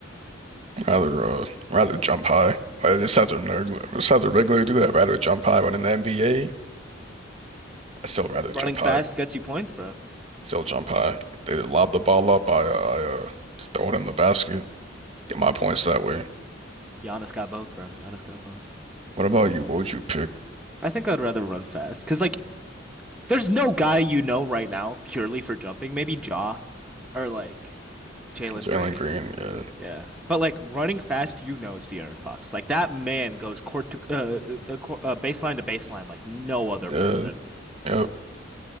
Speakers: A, on the right; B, in the centre.
A: rather uh, rather jump high. Uh, This sounds a regular. This sounds a regular do that. Rather jump high. But in the NBA, I still rather
B: Running
A: jump
B: fast
A: high.
B: gets you points, bro.
A: Still jump high. They lob the ball up. I uh, I uh, just throw it in the basket. Get my points that way.
B: Giannis got both, bro. Giannis got both.
A: What about you? What would you pick?
B: I think I'd rather run fast because, like, there's no guy you know right now purely for jumping. Maybe Jaw or like Jalen
A: Jalen
B: Green.
A: Green. Yeah,
B: Yeah, but like running fast, you know it's De'Aaron Fox. Like that man goes court to uh, uh, court, uh baseline to baseline like no other
A: yeah,
B: person.
A: yeah.